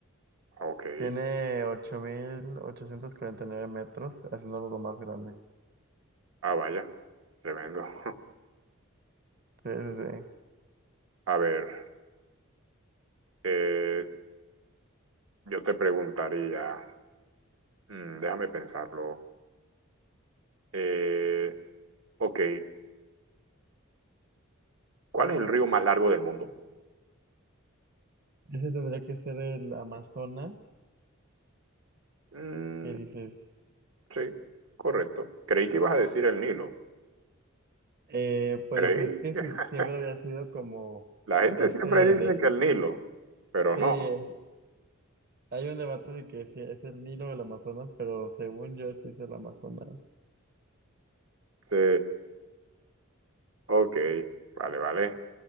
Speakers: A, on the right; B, on the right.
A: Ah, Ok.
B: Tiene 8.849 metros, haciéndolo lo más grande.
A: Ah, vaya. Tremendo. <laughs>
B: Sí, sí, sí.
A: A ver, eh, yo te preguntaría, mm, déjame pensarlo. Eh, ok, ¿cuál es el río más largo del mundo?
B: Ese tendría que ser el Amazonas,
A: Mm,
B: que dices.
A: Sí, correcto. Creí que ibas a decir el Nilo.
B: Eh, pues
A: Creí.
B: es que
A: <laughs>
B: si- siempre había sido como
A: La gente
B: este
A: siempre dice
B: de,
A: que el Nilo, pero
B: sí,
A: no.
B: es- hay un debate de que si es el Nilo o el Amazonas, pero según yo sí es el Amazonas.
A: Sí, ok, vale, vale.